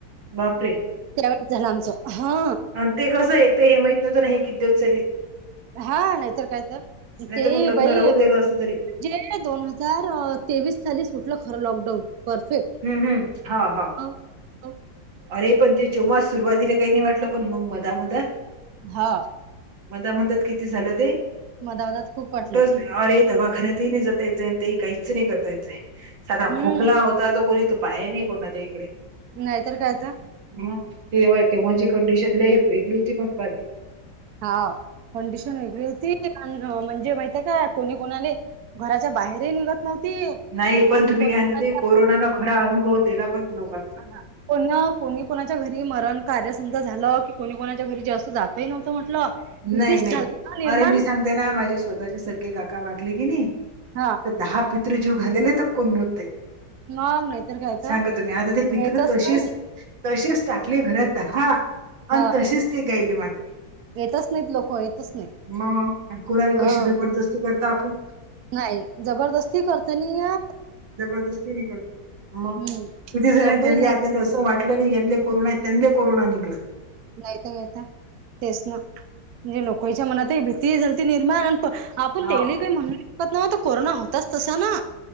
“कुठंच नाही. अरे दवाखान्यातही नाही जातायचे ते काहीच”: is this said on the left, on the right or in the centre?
Right